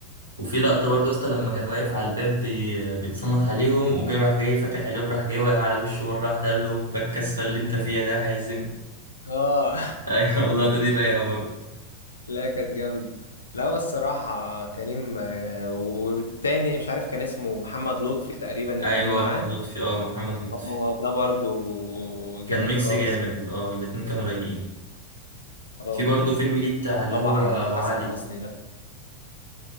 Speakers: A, on the right (about 80°); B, on the left (about 75°).
A: وفي لقطة برضه يا اسطى لما كان واقف على الباب بي- بيتصنت عليهم وجه راح جاي فاتح الباب راح جاي واقع على وشه مرة واحدة قال له "هوبا الكسفة اللي انت فيها ده هازم
B: اه
A: ايوه <laughs> والله دي رايقه برضه
B: <laughs> لا كانت جامده لا هو الصراحه كريم آه، والتاني مش عارف كان اسمه محمد لطفي تقريبا اللي
A: ايوه
B: كان معاه
A: محمد لطفي اه محمد لطفي
B: اه ده برضه جامد
A: كان ميكس
B: خالص
A: جامد اه الاتنين كانوا رايقين
B: اه
A: في برضه فيلم ليه بتاع
B: وطبعا
A: اللي هو ابو
B: حسن
A: علي
B: حسني ده